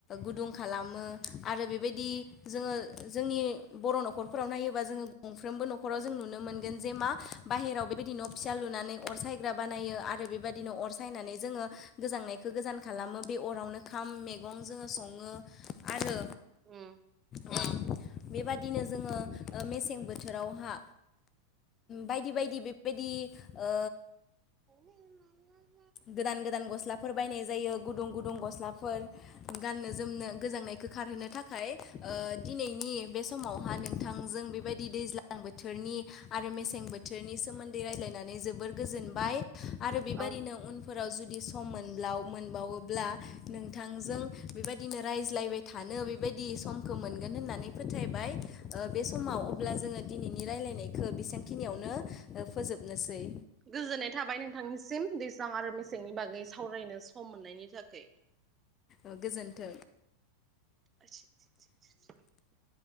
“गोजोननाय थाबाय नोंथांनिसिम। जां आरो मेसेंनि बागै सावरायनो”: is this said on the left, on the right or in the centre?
Right